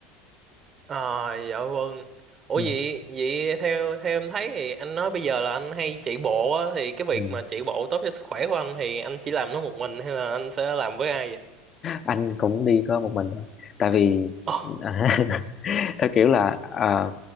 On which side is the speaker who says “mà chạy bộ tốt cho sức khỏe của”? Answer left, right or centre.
Right